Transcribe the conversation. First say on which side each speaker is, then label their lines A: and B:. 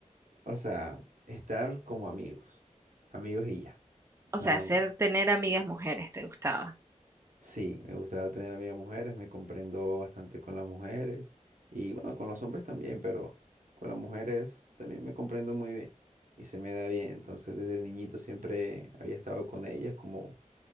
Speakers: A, on the right; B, on the right.
A: O sea, estar como amigos, amigos y ya,
B: O
A: nada
B: sea, hacer
A: más.
B: tener amigas mujeres te gustaba.
A: Sí, me gustaba tener amigas mujeres, me comprendo bastante con las mujeres y bueno, con los hombres también, pero con las mujeres también me comprendo muy bien y se me da bien. Entonces, desde niñito siempre había estado con ellas como